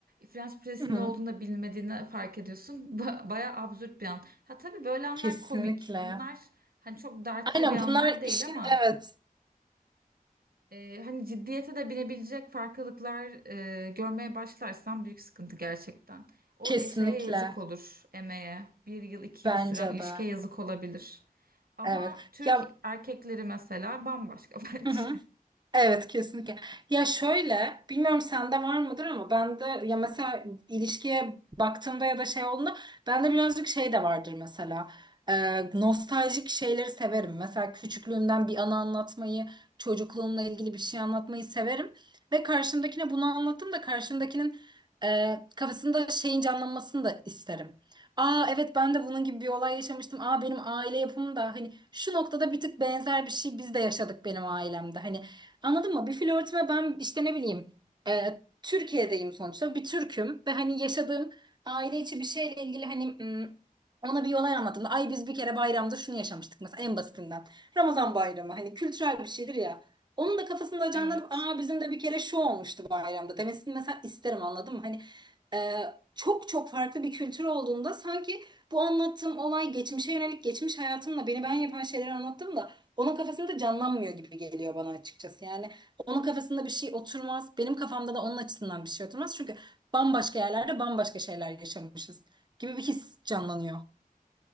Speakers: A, on the right (about 85°); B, on the right (about 30°).
A: French press'in
B: Hı hı.
A: ne olduğunu da bilmediğini fark ediyorsun. Ba bayağı absürt bir an. Ha tabii böyle anlar
B: Kesinlikle.
A: komik. Bunlar hani çok dertli
B: Aynen
A: bir anlar
B: bunlar
A: değil
B: işin
A: ama
B: evet.
A: ee, hani ciddiyete de binebilecek farklılıklar e, görmeye başlarsan büyük sıkıntı gerçekten. O
B: Kesinlikle.
A: e, yazık olur, emeğe. Bir yıl, iki
B: Bence
A: yıl süren ilişkiye
B: de.
A: yazık olabilir. Ama
B: Evet.
A: Türk
B: Ya
A: erkekleri mesela bambaşka <laughs> bence.
B: hı hı. Evet kesinlikle. Ya şöyle, bilmiyorum sende var mıdır ama bende ya mesela ilişkiye baktığımda ya da şey olduğunda bende birazcık şey de vardır mesela. Ee, nostaljik şeyleri severim. Mesela küçüklüğümden bir anı anlatmayı, çocukluğumla ilgili bir şey anlatmayı severim. Ve karşımdakine bunu anlattım da karşımdakinin e, kafasında şeyin canlanmasını da isterim. Aa evet ben de bunun gibi bir olay yaşamıştım. Aa benim aile yapım da hani şu noktada bir tık benzer bir şey biz de yaşadık benim ailemde. Hani Anladın mı? Bir flörtüme ben işte ne bileyim e, Türkiye'deyim sonuçta bir Türk'üm ve hani yaşadığım aile içi bir şeyle ilgili hani m, ona bir olay anlattım. Ay biz bir kere bayramda şunu yaşamıştık mesela en basitinden. Ramazan bayramı hani kültürel bir şeydir ya. Onun da kafasında canlanıp
A: Evet.
B: aa bizim de bir kere şu olmuştu bayramda demesini mesela isterim anladın mı? Hani e, çok çok farklı bir kültür olduğunda sanki bu anlattığım olay geçmişe yönelik geçmiş hayatımla beni ben yapan şeyleri anlattım da onun kafasında canlanmıyor gibi geliyor bana açıkçası. Yani onun kafasında bir şey oturmaz. Benim kafamda da onun açısından bir şey oturmaz. Çünkü bambaşka yerlerde bambaşka şeyler yaşamışız gibi bir his canlanıyor.